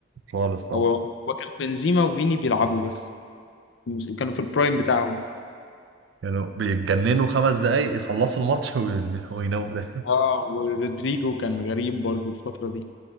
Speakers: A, on the right (about 65°); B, on the left (about 65°).
A: خالص طبعا
B: هو هو كان بنزيما وفيني بيلعبوا بس مش- كانوا في البرايم بتاعهم
A: يعني بيتجننوا خمس دقايق يخلصوا الماتش <laughs> وين- ويناموا ده
B: اه ورودريجو كان غريب برضو الفترة دي